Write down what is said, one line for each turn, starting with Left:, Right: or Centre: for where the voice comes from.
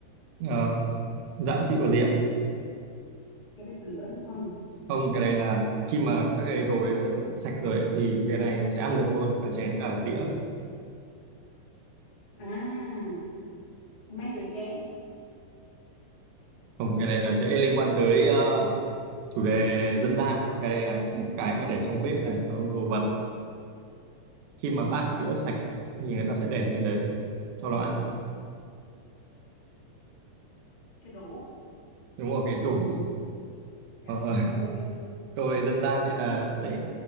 Right: ờ, dạ chị và gì ạ
Left: Cái bếp lửa đúng không?
Right: không cái này là khi mà các cái đồ đấy sạch rồi ấy, thì cái này nó sẽ ăn được luôn cả chén cả đĩa
Left: À, cái máy rửa chén,
Right: không cái này là sẽ liên quan tới ờ, chủ đề dân gian cái này là một cái mà để trong bếp này nó là đồ vật khi mà bát đĩa sạch thì người ta sẽ để lên đấy cho nó ăn
Left: cái rổ.
Right: đúng rồi cái tủ
Left: Trời
Right: Ờ,
Left: ơi.
Right: <laughs> câu này dân gian nên là sẽ